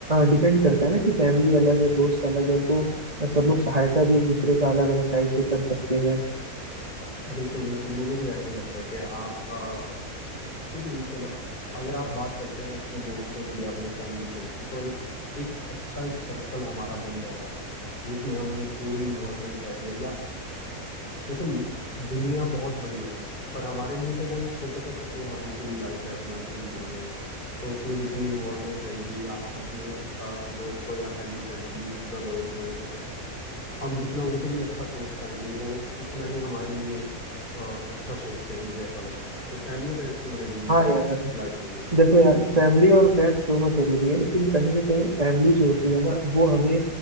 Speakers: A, on the right (about 25°); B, on the left (about 35°).
A: डिपेंड करता है ना कि फैमिली अलग है दोस्त अलग है तो सब लोग सहायता भी एक दूसरे का अलग अलग टाइप पे कर सकते हैं
B: बिल्कुल बिल्कुल मुझे भी ऐसा ही लगता है कि हाँ अ, फिर भी चलो अगर आप बात करते हैं अपने दोस्तों की या अपने फैमिली फ्रेंड्स की तो एक एक अच्छा एक सर्कल हमारा बन जाता है जिसमें हमें पूरी इन्वॉल्वमेंट रहती है या देखो दुनिया बहुत बड़ी है पर हमारे लिए तो वो एक छोटा सा सर्कल हमारी पूरी लाइफ है हमारी पूरी दुनिया है तो उसमें जितनी इन्वॉल्वमेंट रहेगी या हम अपने अ, दोस्तों या फैमिली फ्रेंड्स के लिए जितना लॉयल रहेंगे हम जितना उनके लिए अच्छा सोच पाएंगे वो उतना ही हमारे लिए अ, अच्छा सोचते हैं मुझे ऐसा लगता है तो फैमिली फ्रेंड्स तो बड़े जरूरी
A: हाँ
B: है
A: यार
B: यार लाइफ के लिए
A: देखो यार फैमिली और फ्रेंड्स दोनों जरूरी है लेकिन कहीं ना कहीं फैमिली जो होती है ना वो हमें